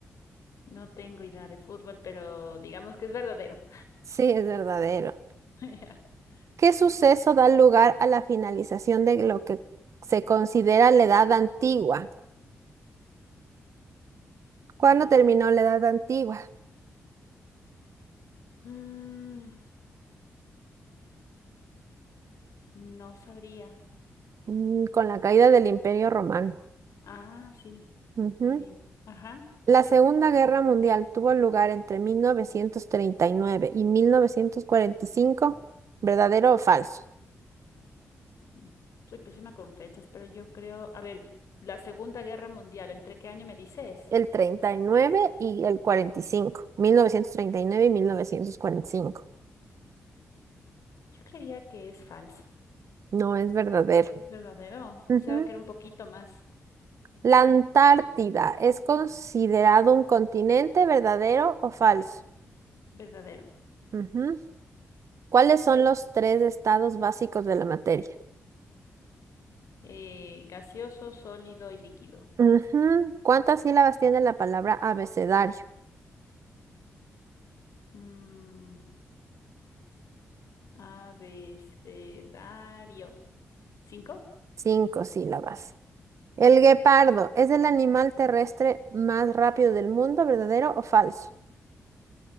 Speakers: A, on the left; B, on the right.
A: No tengo idea de fútbol, pero digamos que es verdadero.
B: Sí, es verdadero.
A: <laughs>
B: ¿Qué suceso da lugar a la finalización de lo que se considera la Edad Antigua? ¿Cuándo
A: Eh,
B: terminó la Edad Antigua?
A: mm, no sabría.
B: Mm, con la caída del Imperio Romano.
A: Ah, sí,
B: Ujú.
A: muy bien. Ajá.
B: La Segunda Guerra Mundial tuvo lugar entre mil novecientos treinta y nueve y y mil novecientos cuarenta y cinco. ¿verdadero o falso?
A: Mm, Soy pésima con fechas, pero yo creo, a ver, la Segunda Guerra Mundial, ¿entre qué año me dices?
B: El treinta y nueve y el cuarenta y cinco. Mil novecientos treinta y nueve y y mil novecientos cuarenta y cinco.
A: Yo creía que es falso.
B: No es verdadero.
A: ¿Es verdadero?
B: Ujú.
A: Pensaba que era un poquito más
B: La Antártida es considerado un continente, ¿verdadero o falso?
A: verdadero.
B: Ujú. ¿Cuáles son los tres estados básicos de la materia?
A: Eh, gaseoso, sólido y líquido.
B: Ujú. ¿Cuántas sílabas tiene la palabra abecedario?
A: Mm, abecedario. ¿Cinco?
B: Cinco sílabas. El guepardo es el animal terrestre más rápido del mundo, ¿verdadero o falso?